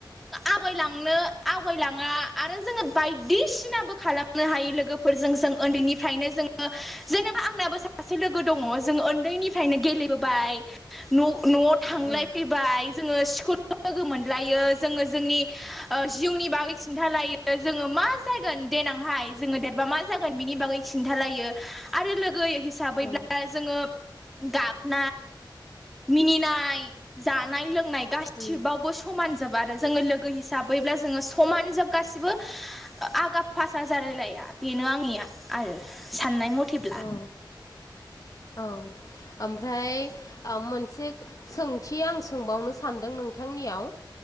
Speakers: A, in the centre; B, on the left.
A: आवगायलांनो आवगायलाङा आरो जोङो बायदिसिनाबो खालामनो हायो लोगोफोर फोरजों जों उन्दैनिफ्रायनो जोङो जेनेबा आंनाबो सासे लोगो दङ जों उन्दैनिफ्रायनो गेले न'आव थांलाय
B: औ
A: फैबाय जोङो स्कुल लोगो मोनलायो जोङो जोंनि जिउनि बागै खिन्थालायो जोङो मा देनांहाय जोङ देरबा मा जागोन बिनि बैथा हिसाबैब्ला
B: औ
A: जोङो गाब मिनिनाय जानाय लोंनाय गासिबावबो
B: औ
A: समानजोब आरो जोङो लोगो हिसाबैब्ला जोङो समान जोब गासिबो आगाब पााससा ज रायलाया बेनो आंनिया आरो साननाय मथेब
B: औ औ ओमफ्राय मोनसे सोंथि आं सोंबावनो सानदों नोंथांनियाव